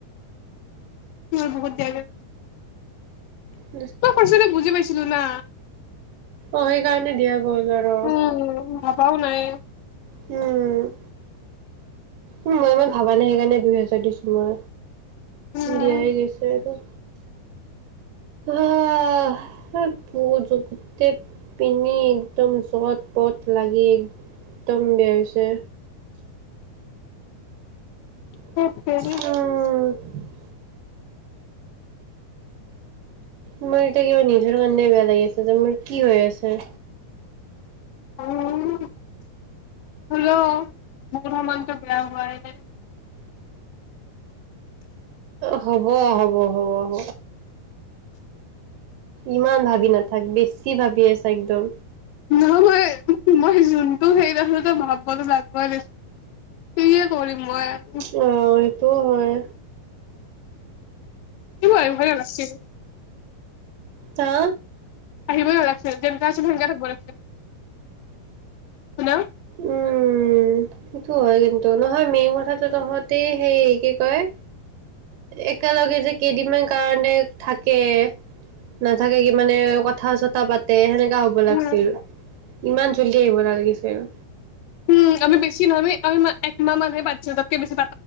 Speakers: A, on the left; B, on the right.
A: মই বহুত দিয়া
B: অ
A: তই পাইছে বুজি পাইছিলোঁ না
B: অ সেইকাৰণে দিয়া গ'ল আৰু
A: উম ভাবাও নাই
B: উম উ মই মই ভাবা নাই সেইকাৰণে দুই হেজাৰ দিছো মই
A: উম
B: দিয়াই গৈছে আৰু আহ প গোটেই পিন্ধি একদম জত পথ লাগি একদম বেয়া হৈছে। উম
A: ধেৎ তেৰি
B: মোৰ এতিয়া কিবা নিজৰ কাৰণে বেয়া লাগি আছে যে মোৰ কি হৈ আছে।
A: উ হ'ল মোৰ সমানটো বেয়া হোৱাই নাই
B: হ'ব হ'ব হ'ব হ'ব। ইমান ভাবি নাথাক বেছি ভাবি আছোঁ। একদম।
A: নহয় মই মই যোনটো সেইত আছোঁ তই ভাববতো লাগবই দিছো কিহে কৰিম মই, একো
B: অ সেটো হয়।
A: কিভৰে নাছিলোঁ।
B: হা
A: আহিবই নালাগিছে যেনেকা আছে তেনেক থাকিব লাগিছিল শুনা
B: উম সেইটো হয় কিন্তু নহয় মেইন কথাটো তহঁতেই সেই কি কয় একেলগে যে কেইদিনমান কাৰণে থাকে নাথাকে কি মানে কথা চথা পাতে সেনে হ'ব লাগিছিল
A: উম
B: আৰু ইমান জল্দি আহিব নালাগিছিল।
A: উম আমি বেছি নহয় আমি একমাহ মানহে পাতিছো তাতকে বেছি প